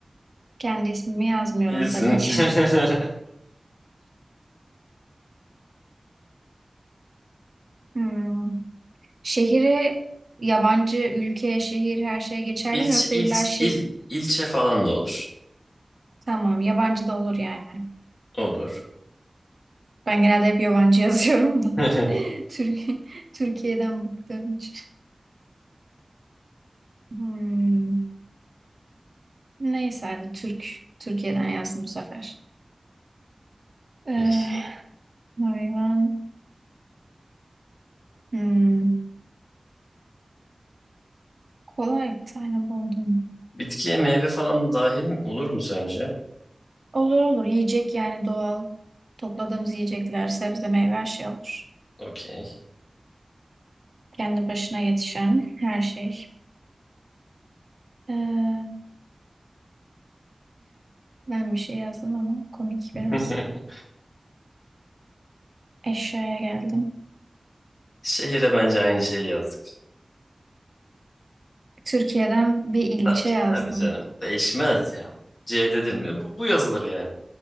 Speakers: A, on the right; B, on the left.
A: Kendi ismimi yazmıyorum
B: İlsin.
A: tabii ki.
B: <laughs>
A: <laughs> Hmm. Şehri yabancı ülke, şehir her şeye geçerli
B: İlç,
A: mi yoksa
B: ilç,
A: illa şey
B: il, ilçe falan da olur.
A: tamam yabancı da olur yani.
B: Olur.
A: Ben genelde hep yabancı <laughs> yazıyorum da.
B: <laughs>
A: Türkiye Türkiye'den bıktım. hiç. Hmm. Neyse hadi Türk Türkiye'den yazdım bu sefer. Ee,
B: Peki.
A: Hayvan. Hmm, Kolay bir tane buldum.
B: Bitkiye meyve falan da dahil olur mu sence?
A: Olur olur. Yiyecek yani doğal. Topladığımız yiyecekler, sebze, meyve her şey olur.
B: Okey.
A: Kendi başına yetişen her şey. Ee, ben bir şey yazdım ama komik biraz.
B: <laughs>
A: Eşyaya geldim.
B: Şehire bence aynı şeyi yazdık.
A: Türkiye'den bir ilçe
B: Tabii
A: yazdım.
B: tabii canım. Değişmez ya. C dedim mi bu, bu yazılır yani.